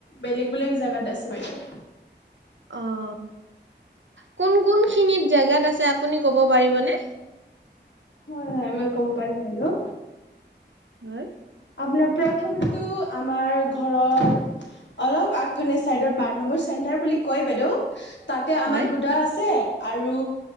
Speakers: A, on the left; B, on the right.
A: বেলেগ- বেলেগ জাগাত আছে বাইদেউ।
B: অহ। কোন -কোন খিনিত জেগাত আছে আপুনি ক'ব পাৰিবনে?
A: হয়', হয়', মই ক'ব পাৰিম বাইদেউ।
B: হয়।
A: আপোনাৰ প্ৰথমেটো আমাৰ ঘৰৰ অলপ আগফানে চাইডত বাৰ নম্বৰ চেণ্টাৰ বুলি কয় বাইদেউ তাতে আমাৰ
B: হয়
A: দুটা আছে আৰু